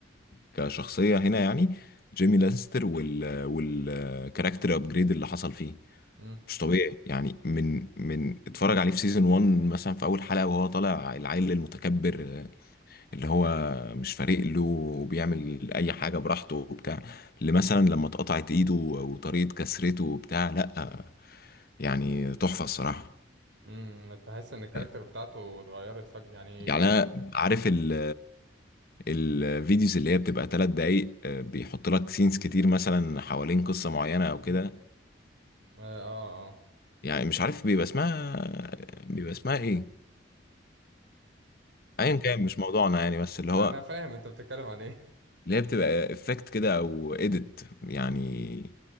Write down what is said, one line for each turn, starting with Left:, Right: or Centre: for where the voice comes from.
Left: كشخصيه هنا يعني جيمي لانستر وال والكاركتر ابجريد اللي حصل فيه
Right: مم.
Left: مش طبيعي يعني من من اتفرج عليه في سيزون 1 مثلا في اول حلقه وهو طالع العيل المتكبر اللي هو مش فارق له وبيعمل اي حاجه براحته وبتاع اللي مثلا لما اتقطعت ايده وطريقه كسرته وبتاع لا يعني تحفه الصراحه
Right: امم تحس ان الكاركتر
Left: يعني
Right: بتاعته اتغيرت فجأة يعني
Left: يعني
Right: كان
Left: انا عارف ال الفيديوز اللي هي بتبقى ثلاث دقايق آه، بيحط لك سينز كتير مثلا حوالين قصه معينه او كده
Right: اه اه, آه.
Left: يعني مش عارف بيبقى اسمها بيبقى اسمها ايه ايا كان مش موضوعنا يعني بس اللي
Right: آه،
Left: هو
Right: انا فاهم انت بتتكلم عن ايه <laughs>
Left: اللي هي بتبقى افكت كده او اديت يعني